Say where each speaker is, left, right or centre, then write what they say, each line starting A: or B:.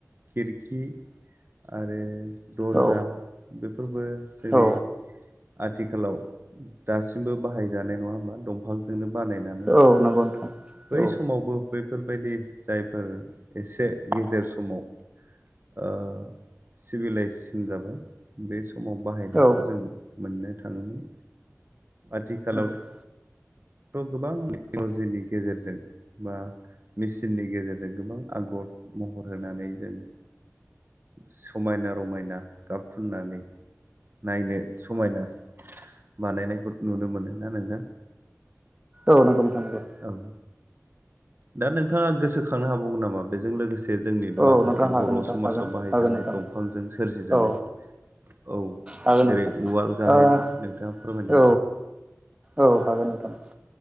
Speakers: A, on the right (about 45°); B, on the right (about 20°).
A: खिरखि आरो दरर्जा
B: औ
A: बेफोरबो जोंनि
B: औ
A: आथिखालाव दासिमबो बाहाय जानाय नङा होमबा दंफांजोंनो बानायनानै
B: औ नंगौ नोंथां
A: बै
B: औ
A: समावबो बैफोर बायदि जायफोर एसे गेजेर समाव ओ सिभिलाइ जेसन जाबाय बे सम समाव बाहाय नायखौ
B: औ
A: जों मोननो थाङोमोन आथि खालावथ'
B: नंगौ
A: गोबां टेक्न' लजिनि गेजेरजों बा, मेसिननि, गेजेरजों गोबां, आगर, महर होनानै जों, समायना रमायना गाब फुननानै, नायनो समायना बानायनायखौ नुनो मोनदों ना नोंथां
B: औ नंगौ नोंथांनि
A: औ दा नोंथाङा गोसोखांनो हाबावगोन नामा बेजों लोगोसे बे जोंनि माखासे
B: औ नोंथां हागोन
A: बर'
B: नोंथां
A: समाजाव
B: हागोन
A: बाहायजानाय
B: हागोन नोंथां
A: दंफांजों सोरजि जानायफोर
B: औ
A: औ
B: हागोन
A: जेरै
B: नोंथां
A: उवाल गाहेन
B: ओ
A: नोंथाङा फोरमायनो
B: औ
A: हागोन
B: औ हागोन नोथां